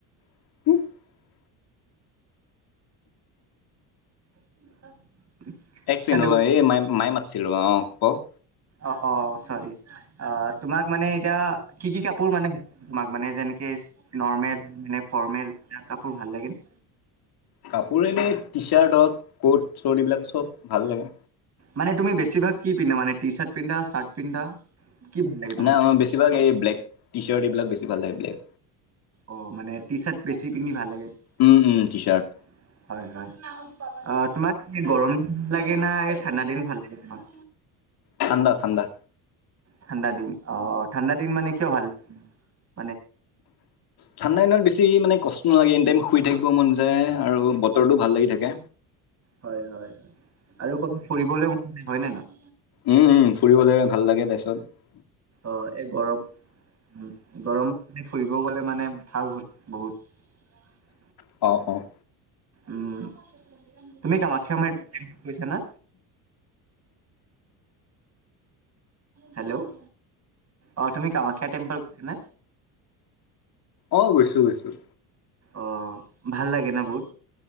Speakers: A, on the left (about 60°); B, on the right (about 35°).
A: <inaudible>
B: <inaudible>
A: একচিন
B: হেল্ল'
A: ৰবা, এই ম, মায়ে মাতিছিল ৰ, অ, কক।
B: অ, অ, চৰি অ, তোমাক মানে এতিয়া কি, কি কাপোৰ মানে তোমাক মানে যেনেকে নৰ্মেল, মানে ফৰ্মেল, এ, কাপোৰ ভাল লাগে নে।
A: কাপৰে এনেই টি চাৰ্ট হওক, ক'ট চৰ্ট এইবিলাক চব ভাল লাগে।
B: মানে তুমি বেছিভাগ কি পিন্ধা মানে টি চাৰ্ট পিন্ধা, চাৰ্ট পিন্ধা? কি ভাল লাগে তোমাক
A: নাই, মই বেছিভাগ এই ব্লেক টি চাৰ্ট, এইবিলাক বেছি ভাল লাগে, ব্লেক
B: অ' মানে টি চাৰ্ট বেছি পিন্ধি ভাল লাগে,
A: উম
B: হয়',
A: উম টি চাৰ্ট।
B: হয়। অ', তোমাৰ গৰম দিন লাগে না? এই, ঠাণ্ডা দিন ভাল লাগে তোমাৰ?
A: ঠাণ্ডা, ঠাণ্ডা।
B: ঠাণ্ডা দিন, অ, ঠাণ্ডা দিন মানে কিয় ভাল লাগে।
A: ঠাণ্ডা দিনত বেছি বেছি মানে কষ্ট নালাগে, এনি টাইম শুই থাকিব মন যায়, আৰু বতৰটো ভাল লাগি থাকে।
B: হয়, হয়, হয় আৰু কবাত ফুৰিবলৈ মন হয় নে নহয়?
A: উম', উম' ফুৰিবলৈ ভাল লাগে, তাৰ পিছত
B: অ', এই গৰম, উ' গৰমত ফুৰিব গলে মানে ভাল বহুত
A: অ', অ'
B: উম' তুমি কামাখ্যা মন্দিৰ গৈছা না? হেল্ল', অ', তুমি কামাখ্যা টেম্পল গৈছা নে?
A: অ', গৈছোঁ, গৈছোঁ।
B: অ', ভাল লাগে ন' বহুত।